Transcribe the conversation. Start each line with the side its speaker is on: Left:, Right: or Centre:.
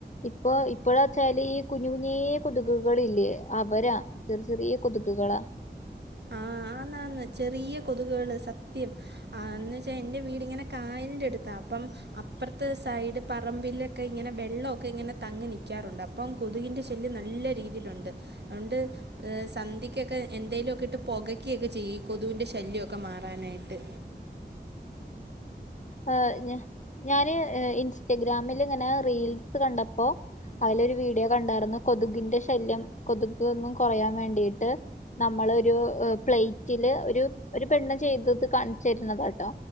Left: ഇപ്പൊ ഇപ്പഴ വച്ചാല് ഈ കുഞ്ഞു കുഞ്ഞിയ കൊതുകുകളില്ലേ അവരാ ചെറിയ ചെറിയ കൊതുക് കളാ
Right: ആഹ് അന്നാണ് ചെറിയ കൊതുകള് സത്യം ആന്ന് വച്ചാ എന്റെ വീടിങ്ങനെ കായൽ ന്റെ അടുത്താ അപ്പം അപ്പുറത്തെ സൈഡ് പറമ്പിലൊക്കെ ഇങ്ങനെ വെള്ളമൊക്കെ ഇങ്ങനെ തങ്ങി നിൽക്കാറുണ്ട് അപ്പം അപ്പം കൊതുകിൻ്റെ ശല്യം നല്ല രീതിയിലുണ്ട് അതുകൊണ്ട് സന്ധിക്കൊക്കെ എന്തേങ്കിലുമൊക്കെ എന്നിട്ട് പുകക്കയൊക്കെ ചെയ്യും. കൊതുവിൻ്റെ ശല്യമൊക്കെ മാറാനായിട്ട്.
Left: ആ, ഞാാന് ഇൻസ്റ്റഗ്രാമിൽ ഇങ്ങനെ റീൽസ് കണ്ടപ്പോ അതിലൊരു വീഡിയോ കണ്ടായിരുന്നു. കൊതുകിന്റെ ശല്യം കൊതക് ഒന്നും കുറയാൻ വേണ്ടിട്ട് നമ്മളൊരു പ്ലേറ്റില് ഒരു ഒരു പെണ്ണ് ചെയ്തത് കാണിച് തരുന്നത കേട്ടോ.